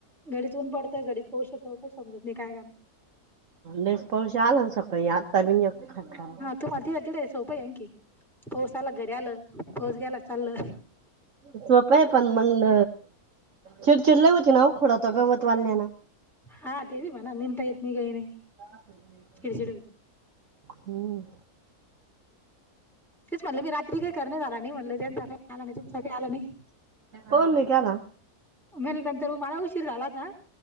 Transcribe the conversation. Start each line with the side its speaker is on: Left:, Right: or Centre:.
Centre: घडीतऊ न पडतय घडीत पाऊस येतो काही समजत नाही काय करा
Right: लईच पाऊस आला ना सकाळी आता बि <unintelligible>
Centre: तू म तिडे सोप आहे आणखी पाऊस आला घरी आलं पाऊस गेला चाल.
Right: सोप आहे पण मंग चिडचिड लई होती ना ओ खोडात गवत वाल्ल्याना.
Centre: हा ते बी म्हणा निंता येत नाही काही नाही.
Right: <unintelligible>
Centre: हिडचीड हो
Right: हम्म
Centre: तेच म्हटलं मी रात्री काही करणे आला नाही म्हटलं त्याच काही आला नाही तुमचा काही आला नाही.
Right: हो निघा ना.
Centre: म्हण नंतर मला उशीर झाला का